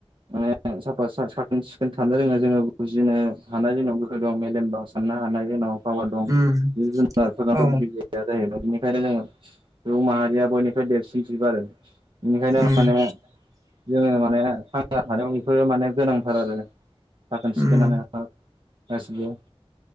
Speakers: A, on the right; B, on the right.
A: माने साफा साखोन सिखोन थानो रोङो जोङो बुजिनो हानाय जोंनाव गोहो दं मेलेम दं साननो हानाय जोंनाव पावार दं
B: उम
A: जिब जुनारफोरनाथ'
B: औ
A: बिदि गैया जाहैबाय। बेनिखायनो जोङो सुबुं माहारिया बयनिफ्राय देरसिन जिब आरो। बेनिखायनो
B: उम
A: माने जोङो माने जा थानायाव बेफोरो माने गोनांथार आरो साखोन
B: उम
A: सिखोनानो। गासैबो